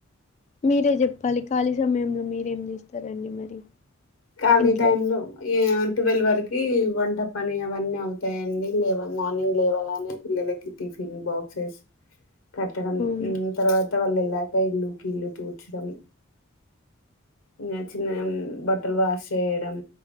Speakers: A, on the left (about 35°); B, on the left (about 70°).
A: మీరే చెప్పాలి ఖాళీ సమయంలో మీరేం చేస్తారండి మరి
B: ఖాళీ
A: ఇంట్లో
B: టైమ్లో ఏ ట్వెల్వ్ వరకు వంట పని అవన్నీ అవుతాయండి లేవ మార్నింగ్ లేవగానే పిల్లలకి టిఫిన్ బాక్సెస్ కట్టడం
A: మ్మ్
B: తర్వాత వాళ్లు ఎళ్ళక ఇల్లుకి ఇల్లు తూర్చడమే ఇంకా చిన్న బట్ట బట్టలు వాష్ చేయడం